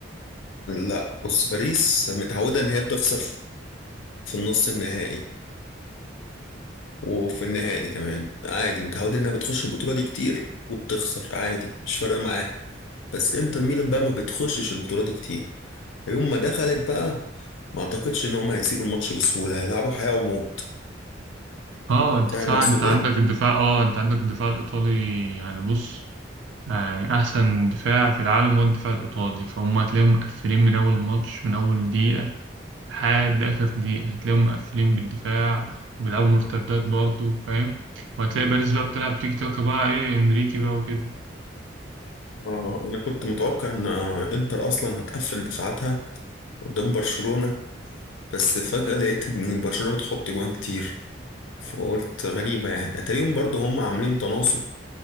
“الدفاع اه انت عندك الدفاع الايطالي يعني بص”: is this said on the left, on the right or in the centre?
Right